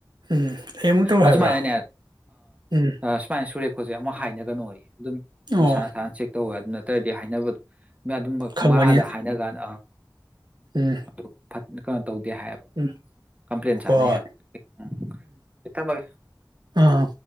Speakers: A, on the right (about 65°); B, on the right (about 15°).
A: ꯎꯝ ꯑꯩ ꯑꯃꯨꯛ ꯇꯧ
B: ꯑꯁꯨꯃꯥꯏꯅꯅꯦ
A: ꯍꯥꯏꯕ꯭ꯔꯥ ꯎꯝ
B: ꯑ ꯁꯃꯥꯏꯅ ꯁꯨꯔꯦ ꯑꯩꯈꯣꯏꯁꯦ ꯑꯃ ꯍꯥꯏꯅꯒꯅꯣꯌꯦ ꯑꯗꯨꯝ
A: ꯑꯣ
B: ꯃꯁꯥꯅꯁꯥꯅ ꯆꯦꯛ ꯇꯧꯕ ꯑꯗꯨ ꯅꯠꯇ꯭ꯔꯗꯤ ꯍꯥꯏꯅꯕꯗꯣ ꯑꯗꯨꯝ
A: ꯈꯪꯕꯅꯤꯅ
B: ꯃꯥꯥꯗ ꯍꯥꯏꯅ ꯀꯥꯟꯗ ꯑ
A: ꯎꯝ
B: ꯑꯗꯨ ꯐꯠ ꯀꯩꯅꯣ ꯇꯧꯗꯦ ꯍꯥꯏꯌꯦꯕ
A: ꯎꯝ
B: ꯀꯝꯄ꯭ꯂꯦꯟ ꯆꯥꯅꯩ
A: ꯍꯣꯏ
B: ꯍꯥꯏꯕ
A: ꯍꯣꯏ
B: ꯎꯝ ꯊꯝꯃꯒꯦ
A: ꯑꯥ